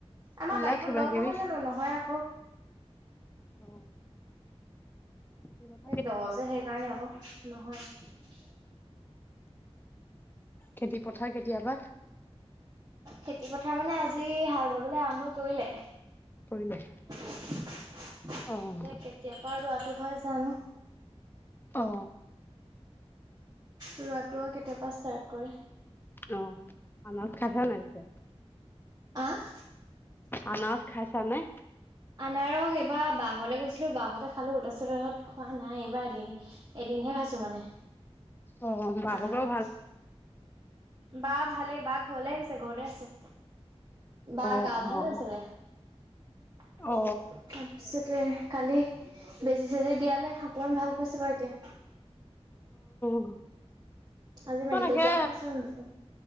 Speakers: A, on the right (about 35°); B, on the left (about 20°).
A: আমাৰ
B: সেইবিলাক
A: বাৰীখন
B: কিবা
A: দ
B: কিবি
A: নহয় জানো নহয় আকৌ।
B: অ খেতি পথাৰ
A: এ
B: কেতিয়াবা
A: দ যে সেইকাৰণে আকৌ নহয়।
B: খেতি পথাৰ কেতিয়াবা
A: খেতি -পথাৰ মানে আজি হাল বাবলে আৰম্ভ কৰিলে।
B: পৰিলে
A: তই
B: অ',
A: কেতিয়াপা ৰোৱাটো হয় জানো।
B: অ
A: ৰোৱাটো আৰু কেতিয়াপা ষ্টাৰ্ট কৰে।
B: অ আমাৰ উৎসাহ হে মাৰিছে।
A: আহ
B: আনাৰজ খাইছা নে?
A: আনাৰস এইবাৰ বা ঘলে গৈছিলো বাহতে খালো তাছত খোৱা নাই এইবাৰ দে এদিনহে খাইছো মানে
B: অ', বা
A: আনাৰস।
B: ভাগৰ ভাল?
A: বা ভালে বা ঘলে আহিছে ঘৰতে আছে বা
B: অ',
A: গা ভাল
B: অ',
A: নাছিলে। তাৰপিছতে
B: অ'।
A: কালি বেজি চেজি দিয়ালে অকমান ভাল পাইছে বাও এতিয়া।
B: অহ
A: আজি
B: ম
A: মেডিকেল
B: তাকে
A: যোৱাৰ কথা আছিলে নতুনকৈ